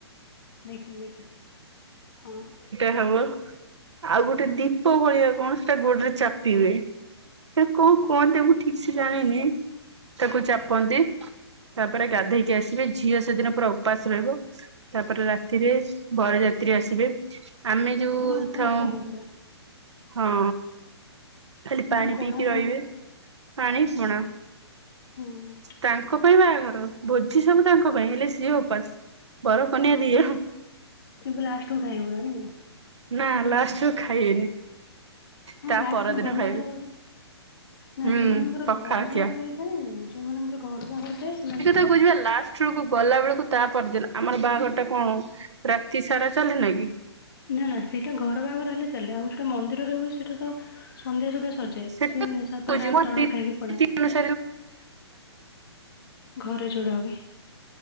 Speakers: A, on the left; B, on the right.
A: ଦେଖିଚି ଦେଖିଚି ହଁ।
B: ଆଉ ଆଉ ଗୋଟେ ଦୀପ ଭଳିଆ କଣ ସେଟା ଗୋଡରେ ଚାପ ପି ହୁଏ ସେ କଣ କୁହନ୍ତେ ମୁଁ ଠିକ ସେ ଜାଣିନି। ତାକୁ ଚାପନ୍ତି ତାପରେ ଗାଧେଇକି ଆସିବେ ଝିଅ ସେଦିନ ପୁରା ଉପାସ ରହିବ। ତାପରେ ରାତିରେ ବରଯାତ୍ରୀ ଆସିବେ। ଆମେ ଯୋଉ
A: ସେଦିନ ଉପାସ
B: ଥାଉ
A: ରହିବ ପୁରା
B: ହଁ। ଖାଲି ପାଣି
A: ନା ପଣା
B: ପିଇକି ରୋହିବେ
A: ଫଣା
B: ପାଣି ପଣା
A: ହୁଁ।
B: ତାଙ୍କ ପାଇଁ ବାହାଘର ଭୋଜି ସବୁ ତାଙ୍କ ପାଇଁ ହେଲେ ସିଏ ଉପାସ। ବର କନ୍ୟା ଦିଅ।
A: ରା ଲାଷ୍ଟକୁ ଖାଇବୁ ନା ନାଇଁ।
B: ନା ଲାଷ୍ଟକୁ ଖାଇବେନି।
A: ହଁ
B: ତା
A: ଲାଷ୍ଟକୁ
B: ପରଦିନ
A: ଗଲା
B: ଖାଇବେ।
A: ଆଡକୁ ଗୋଟେ ନା
B: ହୁଁ
A: ଯୋଉମାନଙ୍କର
B: ପଖାଳ
A: ଘର
B: ଖିଆ।
A: ବାହାଘର ହେଇଥାଏ ଯୋଉମାନଙ୍କର ଘର ବାହାଘର ହେଇଥାଏ ସେମାନେ
B: କହୁଛିବା ଲାଷ୍ଟ ବେଳକୁ ଗଲା ବେଳକୁ ତା ପରଦିନ ଆମର ବାହାଘରଟା କଣ ରାତି ସାରା ଚାଲେ ନା କି?
A: ନା ନା ସେଇଟା ଘର ବାହାଘର ହେଲେ ଚାଲେ ଆଉ ଏଇଟା ମନ୍ଦିରରେ ହୁଏ ସେଇଟା ତ ସନ୍ଧ୍ୟା ସୁଦ୍ଧା ସରିଯାଏ
B: ସେଟା
A: ସେ ସାତଟା
B: କହୁଛି
A: ଆଠଟା
B: ମୋ
A: ବେଳକୁ
B: ରୀତି
A: ଖାଇକି ପଳାନ୍ତି।
B: <inaudible> <inaudible> ହୁଁ
A: ଘରେ ଯୋଉଟା ହୁଏ